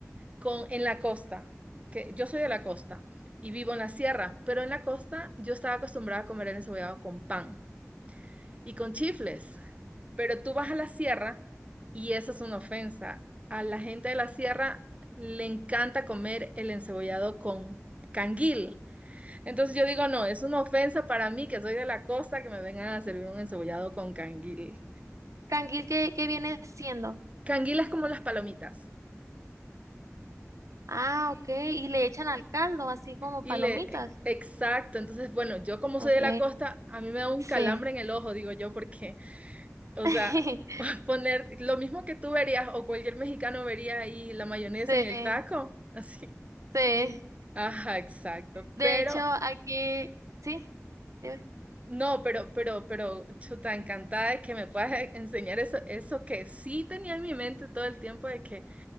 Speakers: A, on the right; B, on the right.
A: con, en la costa, que yo soy de la costa y vivo en la sierra, pero en la costa yo estaba acostumbrada a comer el encebollado con pan y con chifles, pero tú vas a la sierra y eso es una ofensa. A la gente de la sierra le encanta comer el encebollado con canguil. Entonces yo digo, no, es una ofensa para mí que soy de la costa que me vengan a servir un encebollado con canguil.
B: Canguil, ¿qué, qué viene siendo?
A: Canguil es como las palomitas.
B: Ah, ok. Y le echan al caldo, así como
A: Y
B: palomitas.
A: le, e, exacto, entonces, bueno, yo como
B: Ok,
A: soy de la costa, a mí me da un
B: sí.
A: calambre en el ojo, digo yo, porque, o
B: <laughs>
A: sea, <laughs> poner lo mismo que tú verías o cualquier mexicano vería ahí la mayonesa
B: Sí,
A: en el taco, <laughs> así.
B: sí.
A: Ajá, exacto,
B: De
A: pero,
B: hecho, aquí, sí, dime.
A: no, pero, pero, pero, chuta, encantada de que me puedas e- enseñar eso, eso que sí tenía en mi mente todo el tiempo de que,